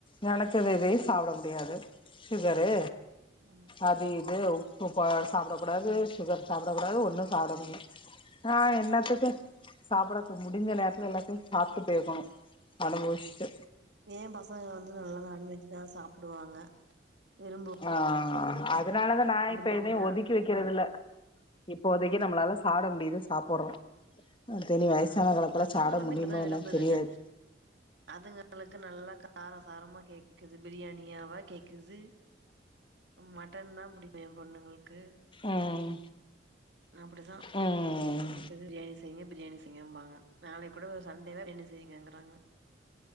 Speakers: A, on the left; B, on the right.
A: நெனச்சது எதையு சாப்ட முடியாது சுகரு
B: ஆமா
A: அது இது உப்பு ப சாப்டக்க கூடாது சுகர் சாப்டக்க கூடாது ஒண்ணு சாப்ட முடில ஆ எல்லாத்துக்கும் சாப்ட முடிஞ்ச நேரத்துல எல்லாத்தையு சாப்ட்டு போய்க்கணும் அனுபவிச்ட்டு
B: எ பசங்க வந்து நல்லா நான்வெஜ் தா சாப்டுவாங்க விரும்பு
A: ஆ அதனாலதா நா இப்ப
B: பிரியாணி
A: எதயும்
B: தா
A: ஒதுக்கி வக்கறதுல்ல
B: படா
A: இப்போதைக்கு நம்மளால
B: ஆ
A: சாப்ட முடியுது சாப்பறோ அது இனி வயசான
B: அவ்ளோதா
A: காலத்துல
B: பசங்களுமே
A: சாட முடியுமனு
B: இப்டிதா விரும்புதுங்க
A: தெரியாது
B: அதுங்களுக்கு நல்லா கார சாரமா கேக்குது பிரியாணியாவா கேக்குது மட்டன் தா புடிக்கு என் பொண்ணுங்களுக்கு
A: ம்
B: அப்டித்தா
A: ம்
B: எப்பயுமே பிரியாணி செய்ங்க பிரியாணி செய்ங்கம்பாங்க நாளை கூட ஒரு சண்டேவ பிரியாணி செய்ங்கங்கறாங்க